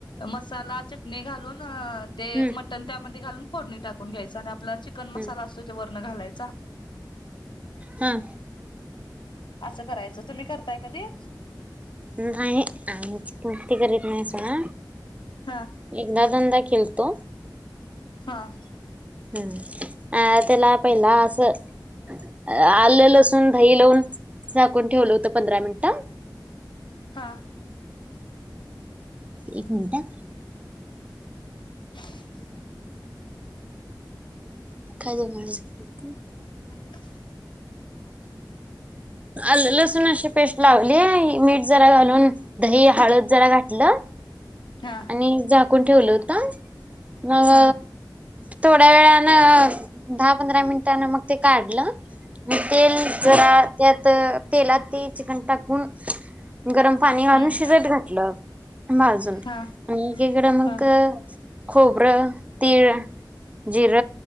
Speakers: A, on the left; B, on the right.
A: मसाला चटणी घालून ते
B: हम्म
A: मट पण त्यामध्ये घालून फोडणी टाकून घ्यायचा आणि आपला चिकन
B: हम्म
A: मसाला असतोय तो वरन घालायचा.
B: हं.
A: असं करायचं. तुम्ही करताय कधी?
B: नाही. आम्ही चिकन कधी करत नाही सोडा.
A: हा
B: एकदा दोनदा केलत.
A: हां.
B: हम्म अ त्याला पहिला असं आलं, लसून, दही लावून झाकून ठेवलं होतं पंधरा मिनिटं.
A: हां.
B: एक मिनट हा.
A: <inaudible>
B: काय झालं <unintelligible>
A: हॅलो.
B: आलं-लसूण अशी पेस्ट लावली आणि मीठ जरा घालून दही, हळद जरा घातलं.
A: हां.
B: ते झाकून ठेवलं होतं मग
A: हा
B: थोड्या वेळानं दहा पंधरा मिनटान मग ते काढलं. म तेल
A: हा
B: जरा त्यात तेलात ते चिकन टाकून गरम पाणी घलून
A: हम्म
B: शिजत घातलं भाजून
A: हा हा
B: एकीकडं मग
A: हम्म
B: खोबरं, तीळ, जिर,